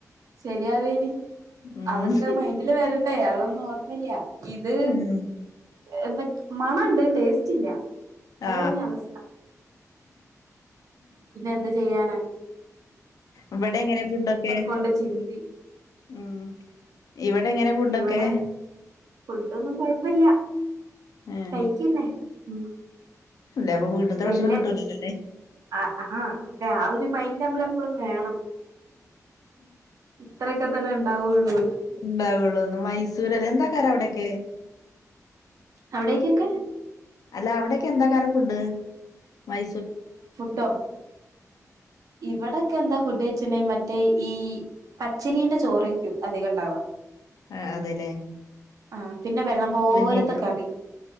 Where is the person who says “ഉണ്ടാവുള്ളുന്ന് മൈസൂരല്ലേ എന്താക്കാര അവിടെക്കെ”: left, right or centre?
Left